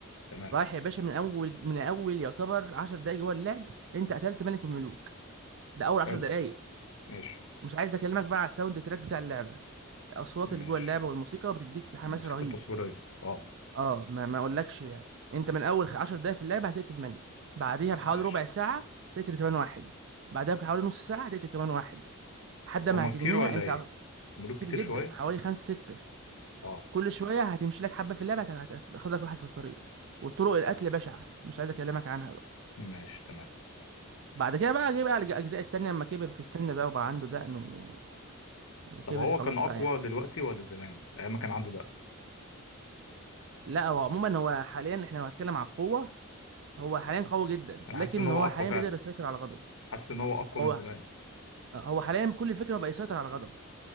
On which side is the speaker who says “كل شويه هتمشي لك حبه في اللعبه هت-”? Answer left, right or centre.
Right